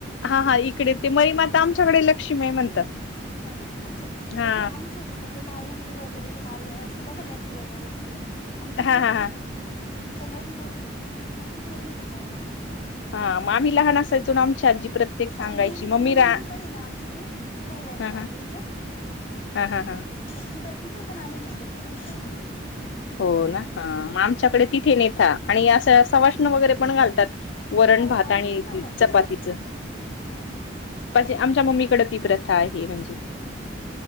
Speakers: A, on the left; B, on the left.
A: हा हा इकडे ते मईमाता आमच्याकडे ते लक्ष्मी आहे म्हणतात.
B: हा ना? आमचे
A: हा
B: मग ते आम ते माऊली वगैरे ते माऊला असत बघा नदी वगैरे. तिकडे आमच्याकडे
A: हा हा
B: नदी
A: हा
B: आमच्या नदीमध्ये <unintelligible> आम्हाला तिकडे घेऊन जायला लागतं नैवेद्य.
A: हा मग आम्ही लहान असायचो ना आमची आजी प्रत्येक सांगायची
B: बानदेवीचं
A: मम्मी
B: मंदिर
A: रा
B: पण ना आमच्याकडे भवानी
A: हा हा
B: मातेच. अ
A: हा हा हा
B: म तिला तिथे पण आम्ही नैवेद्य घेऊन जातो.
A: हो ना? ह म आमच्याकडे तिथे नेता आणि असं सवाष्ण वगैरे पण घालतात. वरण-भात
B: काही आम्ही
A: आणि
B: नाही घालत
A: चपातीच
B: असं
A: <unintelligible>
B: ह ह
A: आमच्या मम्मीकडे ती प्रथा आहे. म्हणजे
B: हम् हम.